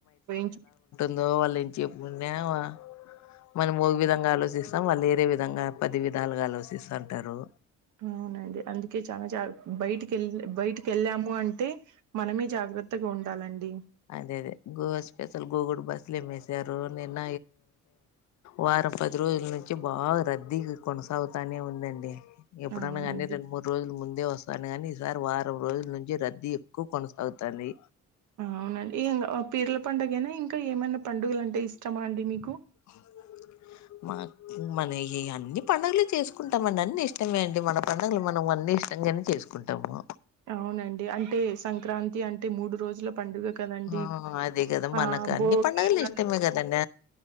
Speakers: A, on the right (about 75°); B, on the left (about 65°).
A: <unintelligible>
B: ఉందో వాళ్ళుంచి ముందేవా మనం ఒక విధంగా ఆలోచిస్తాం వాళ్ళు వేరే విధంగా పది విధాలుగా ఆలోచిస్తాంటారు
A: అవునండి అందుకే చాలా జ బయటికి ఎళ్ళ్ బయటికి ఎళ్ళాము అంటే మనమే జాగ్రత్తగా ఉండాలండి
B: అదే అదే గో స్పెషల్ గోగుడు బస్ స్లేమో ఎసారు నిన్న వారం పది రోజుల నుంచి బాగా రద్దీ కొన సాగుతానే ఉందండి ఎప్పుడన్నా
A: అవునండి.
B: కానీ రెండు మూడు రోజుల ముందే వ స్తాంది కాని ఈసారి వారం రోజుల నుంచి రద్దీ ఎక్కువ కొనసాగుతాంది
A: అవునండి ఇంగ పీర్ల పండగేనా ఇంకా ఏమైనా పండుగలు అంటే ఇష్టమాండి మీకు
B: అ మా మనయి అన్ని పండగలు చేసుకుంటామండి అన్ని ఇష్టమే అండి మన పండగలు మనం అన్నీ ఇ ష్టంగానే చేసుకుంటాము
A: అవునండి అంటే సంక్రాంతి అంటే మూడు రోజుల పండుగ కదండీ!
B: ఆ అదే కదా
A: ఆ!
B: మనకు అన్ని
A: భోగి,
B: పండగలు
A: కను
B: ఇష్టమే కదండ